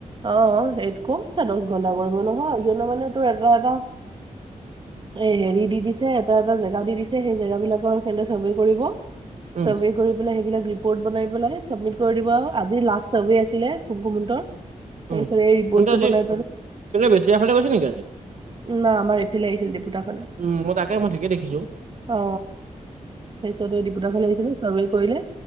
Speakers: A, on the right (about 40°); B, on the right (about 65°).
A: অ সেই কোপচে দশ ঘণ্টা কৰিব নহয় এ মানে এটা এটা এ হেৰি দি দিছে এটা এটা জেগা দি দিছে, সেই জেগাবিলাকৰ চাৰ্ভে কৰিব
B: উম
A: চবেই কৰি পেলাই সেইবিলাক ৰিপৰ্ট বনাই পেলাই চাবমিট কৰি দিব আৰু আজি লাষ্ট চবেই আছিলে কুমকুমহঁতৰ। তাৰপিছত
B: উম
A: এই ৰিপৰ্টটো
B: তেন্তে আজি
A: বনাই
B: চবেই বেছি আগফালে গৈছে নেকি আজি?
A: না আমাৰ এইফালে আহিছিল দেপুটাফালে।
B: উম, মই তাকে মই ঠিকে দেখিছো।
A: অ তাপিছতে দেপুতাফালে আহিছিল চবেই কৰিলে,